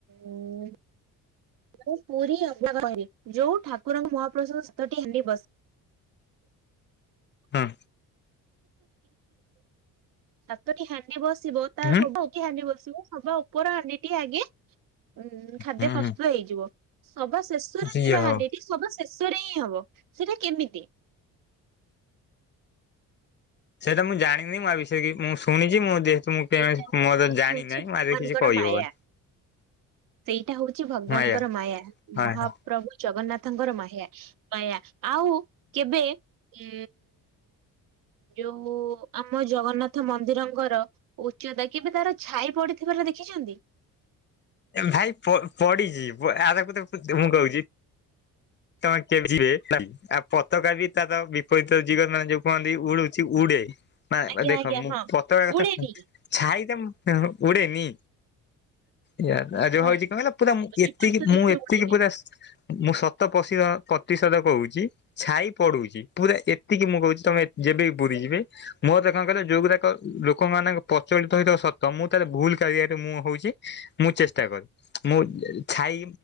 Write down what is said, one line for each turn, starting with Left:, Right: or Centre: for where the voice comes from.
Right: ଉ ମୁଁପୁରୀ ଅବ ଯୋଉ ଠାକୁରଙ୍କ ମହାପ୍ରସାଦ ସାତଟିହାଣ୍ଡି ବସେ।
Left: ହୁଁ।
Right: ସାତ ଟି ହାଣ୍ଡି ବସିବ ତାଉରେ
Left: ହୁଁ
Right: ହାଣ୍ଡି ବସିବ ସବା ଉପର ହାଣ୍ଡି ଟି ଆଗେ ଉଁ ଖାଦ୍ୟ
Left: ହୁଁ
Right: ପ୍ରସ୍ତୁତ
Left: ହୁଁ
Right: ହେଇଯିବ ସବା ଶେଷରେ
Left: ଇଏ
Right: ଥିବାହାଣ୍ଡି
Left: ହବ।
Right: ଟି ସବା ଶେଷରେ ହିଁ ହବ ସେଇଟା କେମିତି?
Left: ସେଇଟା ମୁଁ ଜାଣିନି ମୁଁଆ ବିଷୟରେ କି ମୁଁ ଶୁଣିଛି ମୁଁ ମୋ
Right: ସେଇଟା ସେଇଟା
Left: ଜାଣିନାହିଁ
Right: ହଉଛି ଭଗବାନଙ୍କର
Left: ଆଦିହରେ କିଛି କହିହବନି।
Right: ମାୟା। ସେଇଟା ହେଉଛି ଭଗବାନଙ୍କର
Left: ହଁ
Right: ମାୟା ମହାପ୍ରଭୁ
Left: ଆଜ୍ଞା
Right: ଜଗନ୍ନାଥଙ୍କର ମାୟା। ପାଇୟା ଆଉ କେବେ ଉ ଯୋଉ ଆମ ଜଗନ୍ନାଥ ମନ୍ଦିରଙ୍କର ଉଚ୍ଚତା କେବେ ତାର ଛାଇ ପଡିଥିବାର ଦେଖିଛନ୍ତି।
Left: ଭାଇ ପପଡିିଛି ଆ କ ମୁଁ କହୁଛି ତ କେବେ ଯିବେ ଆଉ ପତାକା ବି ତାର ଯୋଉ କୁହନ୍ତି ଉଡୁଛି ଉଡେ
Right: ଆଜ୍ଞା
Left: ଦେଖ
Right: ଆଜ୍ଞା
Left: ମୁଁ
Right: ହଁ
Left: ପତକା କଥା
Right: ଉଡେନି
Left: କୁହ ଛାଇ ଟା ଉଡ଼େ କି? ୟ ଆ ଯୋଉ
Right: ହୁଁ
Left: ହଉଛି କଣ କହିଲ ପୁରା ଏତିକି
Right: ବିପରୀତ ଦିଗରେ
Left: ମୁଁ ଏତିକି
Right: ଉଡେନି।
Left: ପୁରା ମୁଁସ ତ ପସିଳପ୍ରତିଷୋଧ କହୁଛି। ଛାଇ ପଡୁଛି ପୁରା ଏତିକି ମୁଁ କହୁଛି ତମେ ଯେବେ ବି ପୁରି ଯିବେ। ମୋଦେଖନ୍ତରେ ଯୋଉୁରାକ ଲୋକ ମାନଙ୍କ ପ୍ରଚଳିତ ହେଥିବା ସତ ମୁଁ ତାହେଲେ ଭୁଲ୍ କା ରିଆମୁଁ ହଉଛି। ମୁଁ ଚେଷ୍ଟା କରେ ମୁଁ ଛାଇ